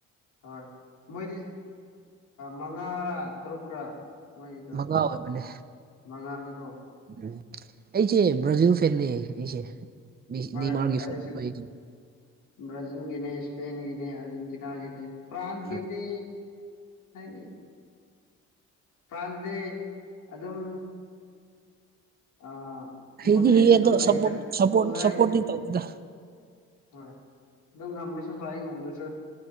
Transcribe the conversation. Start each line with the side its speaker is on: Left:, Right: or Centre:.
Left: ꯍꯣꯏ ꯃꯣꯏꯗꯤ ꯃꯉꯥꯔꯥ ꯇꯔꯨꯛꯀꯔꯥ ꯃꯣꯏꯒꯤꯇꯣ
Right: ꯃꯉꯥ ꯑꯣꯏꯕꯅꯦ
Left: ꯃꯉꯥꯅꯤꯀꯣ
Right: ꯎꯝ ꯑꯩꯁꯦ ꯕ꯭ꯔꯥꯖꯤꯜ ꯐꯦꯅꯤ ꯑꯩꯁꯦ
Left: ꯍꯣꯏ
Right: ꯗꯤꯃꯥꯔꯒꯤ
Left: ꯑꯩꯁꯨ
Right: ꯐꯦꯟꯅꯤ ꯑꯩꯁꯦ
Left: ꯕ꯭ꯔꯥꯖꯤꯜꯒꯤꯅꯦ ꯏꯁꯄꯦꯟꯒꯤꯅꯦ ꯑꯥꯔꯖꯦꯟꯇꯤꯅꯥꯒꯤꯅꯦ ꯐꯄ꯭ꯔꯥꯟ
Right: ꯎꯝ.
Left: ꯀꯗꯤ ꯍꯥꯏ ꯐ꯭ꯔꯥꯟꯁꯗꯤ ꯑꯗꯨꯝ ꯑ
Right: ꯍꯩꯗꯤ
Left: ꯃꯗ꯭ꯔꯦꯇ
Right: ꯍꯩꯌꯦ
Left: ꯑꯗꯨꯝꯝ
Right: ꯑꯗꯣ
Left: ꯂꯦꯗ
Right: ꯁꯞꯄꯣꯔꯠ ꯁꯞꯄꯣꯔꯠ
Left: ꯄꯨꯜꯅ
Right: ꯁꯞꯄꯣꯔꯠꯇꯤ
Left: ꯍꯥꯏ
Right: ꯇꯧꯗꯦꯗ
Left: ꯍꯣꯏ ꯑꯗꯨ ꯉꯝꯔꯁꯣꯔ ꯐꯌꯦ ꯉꯝ꯭ꯔꯦꯁꯣꯔ